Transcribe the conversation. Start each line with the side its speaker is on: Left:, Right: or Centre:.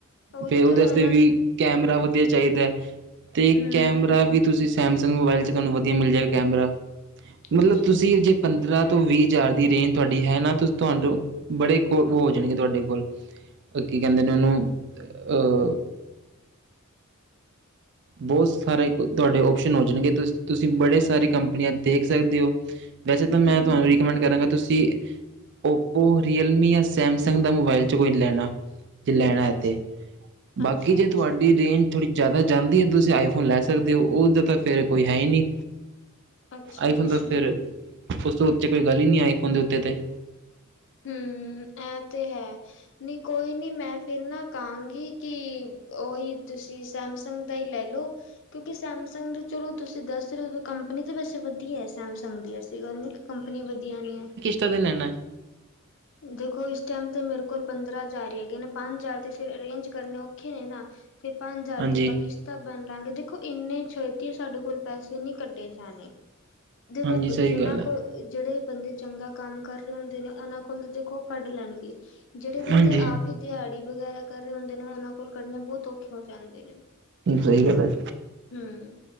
Left: ਉਹੀ
Right: ਫੇਿਰ ਉਹਦੇਤੇ
Left: ਤਾਂ
Right: ਵਾਸਤੇ
Left: ਇਹਨਾਂ
Right: ਵੀ ਕੈਮਰਾ ਵਧੀਆ ਚਾਹੀਦਾ ਹੈ ਤੇ
Left: ਹੂੰ
Right: ਕੈਮਰਾ ਵੀ ਤੁਸੀਂ ਸੈਮਸਗ ਮੋਬਾਇਲ ਚ ਤੁਹਾਨੂੰ ਵਧੀਆ ਮਿਲ ਜਾਏਗਾ ਕੈਮਰਾ ਮਤਲਬ
Left: ਅੱਛਾ-ਅੱਛਾ
Right: ਤੁਸੀਂ ਜੇ ਪੰਦਰਾਂ ਤੋਂ ਵੀਹ ਹਜ਼ਾਰ ਦੀ ਰੇਂਜ ਤੁਹਾਡੀ ਹੈ ਨਾ ਤੁਸੀ ਤੁਹਾਡ ਬੜੇ ਕੋ ਉਹ ਹੋ ਜਾਣਗੇ ਤੁਹਾਡੇ ਕੋਲ ਕੀ ਕਹਿੰਦੇ ਨੇ ਉਹਨੂੰ ਅਹ ਬਹੁਤ ਸਾਰੇ ਤੁਹਾਡੇ ਓਪਸ਼ਨ ਹੋ ਜਾਣਗੇ ਤੁ ਤੁਸੀਂ ਬੜੇ ਸਾਰੇ ਕੰਪਨੀਆਂ ਦੇਖ ਸਕਦੇ ਹੋ ਵੈਸੇ ਤਾਂ ਮੈਂ
Left: ਹੂੰ,
Right: ਤੁਹਾਨੂੰ ਰਿਕਮੈਂਡ ਕਰਾਂਗਾ ਤੁਸੀਂ ਓਪੋ ਰੀਅਲਮੀ ਜਾਂ ਸੈਮਸੰਗ ਦਾ ਮੋਬਾਇਲ 'ਚ ਕੋਈ ਲੈਣਾ ਜੈ ਲੈਣਾ ਹੈ
Left: ਅੱਛਾ,
Right: ਤੇ ਬਾਕੀ
Left: ਅੱਛਾ,
Right: ਜੇ
Left: ਅੱਛਾ।
Right: ਤੁਹਾਡੀ ਰੇਂਜ ਥੋੜੀ ਜ਼ਿਆਦਾ ਜਾਂਦੀ ਹੈ ਤੁਸੀਂ ਆਈਫੋਨ ਲੈ ਸਕਦੇ ਹੋ ਉਹਦਾ ਤਾਂ ਫਿਰ ਕੋਈ ਹੈ ਹੀ ਨਹੀਂ
Left: ਅੱਛਾ,
Right: ਆਈਫੋਨ
Left: ਅੱਛਾ
Right: ਤਾਂ ਫਿਰ
Left: ਹੂੰ,
Right: ਉਸ ਤੋਂ ਉਤੇ ਕੋਈ ਗੱਲ ਹੀ ਨਹੀਂ ਆਈਫੋਨ ਦੇ ਉੱਤੇ ਤੇ
Left: ਹਮ ਇਹ ਤੇ ਹੈ ਨਹੀਂ ਕੋਈ ਨਹੀਂ ਮੈਂ ਫਿਰ ਨਾ ਕਹਾਂਗੀ ਕਿ ਉਓਹੀ ਤੁਸੀਂ ਸੈਮਸ ਸੰ ਦੇਈ ਲੈ ਲ ਲੋ ਕਿਉਂਕਿ ਸੈਮਸੰਗ ਦੇ ਚਲੋ ਤੁਸੀਂ ਦੱਸ ਰਹੇ ਹੋ ਕੰਪਨੀ ਤਾਂ ਵੈਸੇ ਵਧੀਆ ਹੈ ਸੈਮਸੰਗ ਦੀ ਅਸੀ ਐਸੇ ਗੱਲ ਨਹੀਂ ਕੰਪਨੀ ਵਧੀਆ ਨਹੀਂ ਹੈ
Right: ਕਿ ਦੇ ਲੈਣਾ
Left: ਦੇਖੋ ਇਸ ਟਾਈਮ ਤੇ ਮੇਰੇ ਕੋਲ ਪੰਦਰਾਂ ਹਜ਼ਾਰ ਹੀ ਹੈਗੇ ਨੇ ਪੰਜ ਹਜ਼ਾਰ ਤੇ ਫਿਰ ਅਰੇਂਜ ਕਰਨੇ ਔਖੇ ਨੇ ਨਾ ਫਿਰ ਪੰਜ ਹਜ਼ਾਰ
Right: ਹਾਂਜੀ
Left: ਦੀ ਆਪ ਕਿਛਤ ਤਾਂ ਬਣ ਲਾਂਗੇ ਦੇਖੋ ਇੰਨੇ ਛੇਤੀ ਸਾਡੇ ਕੋਲ ਪੈਸੇ ਨਹੀਂ ਕੱਢੇ ਜਾਣੇ ਦੇਖੋ
Right: ਹਾਂਜੀ ਸਹੀ
Left: ਜਿਨਾਂ
Right: ਗੱਲ ਹੈ
Left: ਕੋਲ ਜਿਹੜੇ ਬੰਦੇ ਚੰਗਾ ਕੰਮ ਕਰ ਰਹੇ ਹੁੰਦੇ ਨੇ ਉਹਨਾਂ ਕੋਲ ਦੇਖੋ ਕੱਢ ਲੈਣਗੇ ਜਿਹੜੇ ਬੰਦੇ
Right: ਹਾਂਜੀ
Left: ਆਪ ਵੀ ਦਿਹਾੜੀ ਵਗੈਰਾ ਕਰ ਰਹੇ ਹੁੰਦੇ ਨੇ ਉਹਨਾਂ ਕੋਲ ਕੱਢਣੇ ਬਹੁਤ ਔਖੇ ਹੋ ਜਾਂਦੇ ਨੇ
Right: ਸਹੀ ਗੱਲ ਹੈ
Left: ਹਮ